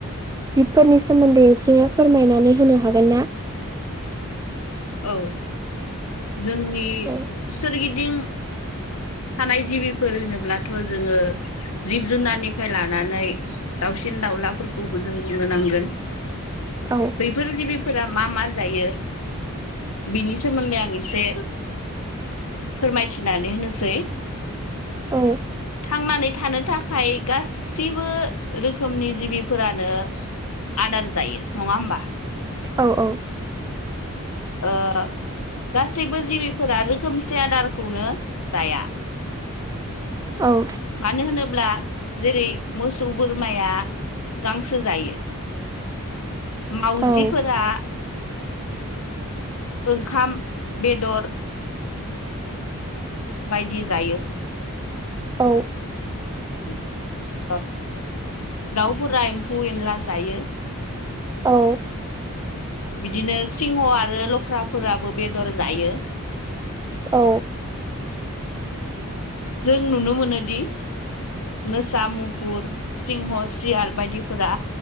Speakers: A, on the right; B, on the left.
A: जिबफोरनि सोमोन्दै एसे फोरमायनानै होनो हागोन ना?
B: औ जोंनि
A: औ
B: सोरगिदिं थानाय जिबिफोर होनोब्लाथ' जोङो जिब जुनारनिफ्राय लानानै दाउसिन दाउलाफोरखौबो जों बुंनो नांगोन।
A: औ
B: बैफोर जिबिफोरा मा मा जायो। बिनि सोमोन्दै आं एसे फोरमायथिनानै होनोसै।
A: औ
B: थांनानै थानो थाखाय गाैबो रोखोमनि जिबिफोरानो आदार जायो नङा होमबा?
A: औ औ।
B: ओ गासैबो जिबिफोरा रोखोमसे आदारखौनो जाया।
A: औ
B: मानो होनोब्ला जेरै मोसौ बोरमाया गांसो जायो।
A: <inaudible>
B: मावजिफोरा
A: औ
B: ओंखाम बेदर। बायदि जायो
A: औ
B: <inaudible> दाउफोरा एम्फौ एनला जायो।
A: औ
B: बिदिनो सिंह आरो लख्राफोराबो बेदर जायो।
A: औ
B: जों नुनो मोनोदि मोसा मुफुर सिंह सियार बायदिफोरा